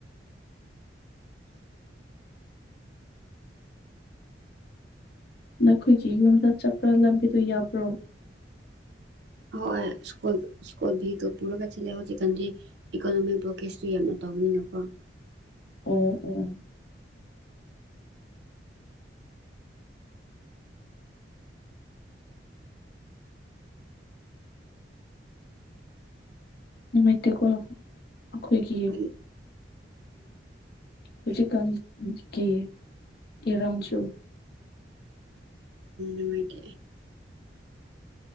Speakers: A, on the left (about 60°); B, on the right (about 65°).
A: ꯅꯈꯣꯏꯒꯤ ꯌꯨꯝꯗ ꯆꯠꯄ꯭ꯔꯥ ꯂꯝꯕꯤꯗꯨ ꯌꯥꯕ꯭ꯔꯣ
B: ꯍꯣꯏꯣꯏ ꯁꯀꯨꯜ ꯁ꯭ꯀꯣꯜ ꯚꯤꯒ ꯄꯨꯔꯒ ꯁꯤꯜꯂꯦ ꯍꯧꯖꯤꯛꯀꯥꯟꯗꯤ ꯏꯀꯣꯅꯣꯃꯤꯛ ꯕ꯭ꯂꯣꯀꯦꯁꯇꯨ ꯌꯥꯝꯅ ꯇꯧꯕꯅꯤꯅꯀꯣ
A: ꯑꯣ ꯎ ꯅꯨꯅꯨꯡꯥꯏꯇꯦꯀꯣ ꯑꯩꯈꯣꯏꯒꯤ
B: ꯍꯣꯏ
A: ꯍꯧꯖꯤꯛꯀꯒꯤ ꯏꯔꯥꯡꯁꯨ
B: ꯅꯨꯡꯉꯥꯏꯦ